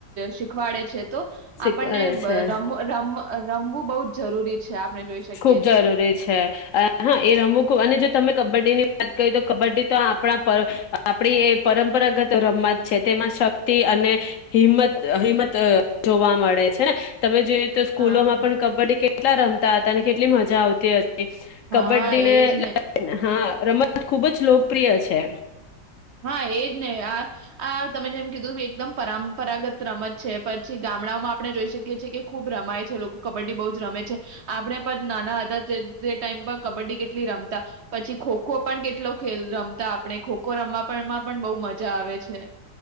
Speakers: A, on the right (about 65°); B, on the left (about 65°).
A: શીખવાડે છે તો
B: શીખવાડે
A: આપણને
B: છે
A: રમો રમ રમવું બહુ જ જરૂરી છે. આપણે જોઈ શકીએ
B: ખુબ જરૂરી
A: છે
B: છે, હા એ રમવું ખ અને જો તમે કબડ્ડી ની વાત કરી તો કબડ્ડી તો આપણા, પર આપણી એ પરંપરગત રમત છે તેમાં શક્તિ અને, હિંમત-હિંમત જોવા મળે છે, તમે જોયુ તો સ્કૂલોમાં
A: હા.
B: પણ કબડ્ડી કે કેટલા રમે. હતાને કેટલી મજા આવતી હતી.
A: હા
B: કબડ્ડી
A: એજ
B: ને હા. રમતત ખુબ જ લોકપ્રિય છે.
A: હા એજ ને આ, આ તમે જેમ કીધું એકદમ પરંપરાગત રમત છે. પછી ગામડાઓમાં આપણે જોઈ શકીએ છીએ કે ખુબ રમાય છે લોકો ક કબડ્ડી બૌજ રમે છે, આપણે પણ નાના હતા તે ટાઈમ પર કબડ્ડી કે રમતા પછી ખો-ખો પણ કેટલો ખેલ રમતા. આપણે ખોખો રમવા. પણમાં પણ બહુ મજા આવે છે.